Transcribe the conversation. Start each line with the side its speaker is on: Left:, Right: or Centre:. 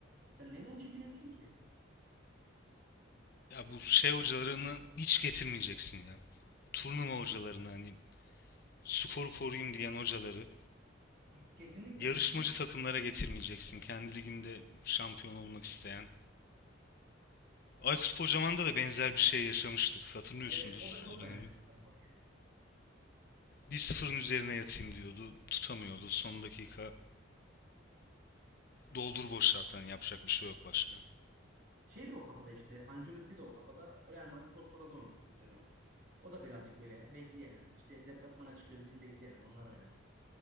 Right: Sen neyden çekiniyorsun ki?
Left: Ya bu şey hocalarını hiç getirmeyeceksin ya. Turnuva hocalarını hani skoru koruyayım diyen hocaları
Right: Kesinlikle.
Left: yarışmacı takımlara getirmeyeceksin. Kendi liginde şampiyon olmak isteyen. Aykut Kocaman'da da benzer bir şey yaşamıştık. Hatırlıyorsundur
Right: Evet o da çok
Left: o
Right: benziyor
Left: dönemi.
Right: zaten Mourinho'ya.
Left: Bir sıfırın üzerine yatayım diyordu. Tutamıyordu. Son dakika doldur boşalt hani yapacak bir şey yok başka.
Right: Şey de o kafada işte Ancelotti de o kafada Real Madrid postaladı onu bu sezon. O da birazcık böyle bekleyelim. İşte deplasmana çıkıyoruz biz bekleyelim onlar oynasın.